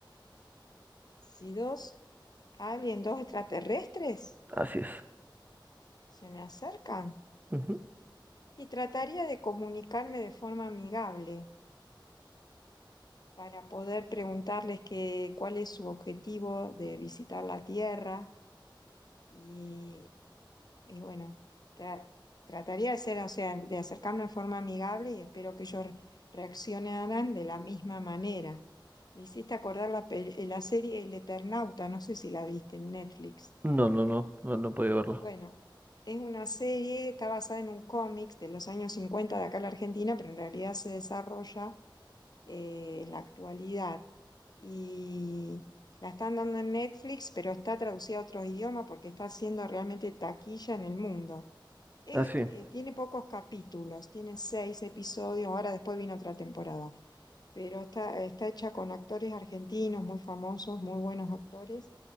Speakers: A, on the left; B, on the right.
A: Si dos, alguien, dos extraterrestres
B: Así es.
A: se me acercan.
B: Ujú.
A: Y trataría de comunicarme de forma amigable para poder preguntarles que, cuál es su objetivo de visitar la Tierra y, y bueno, tra- trataría de ser, o sea, de acercarme de forma amigable y espero que ellos re- reaccionaran de la misma manera. Me hiciste acordar la, pe- la serie El Eternauta, no sé si la viste en Netflix.
B: No, no, no, no, no he podido verlo.
A: Bueno, es una serie, está basada en un cómics de los años 50 de acá en la Argentina, pero en realidad se desarrolla eh, en la actualidad. Y la están dando en Netflix, pero está traducida a otros idiomas porque está haciendo realmente taquilla en el mundo. Es-
B: Ah, sí.
A: eh, tiene pocos capítulos, tiene seis episodios, ahora después viene otra temporada, pero está, está hecha con actores argentinos muy famosos, muy buenos actores,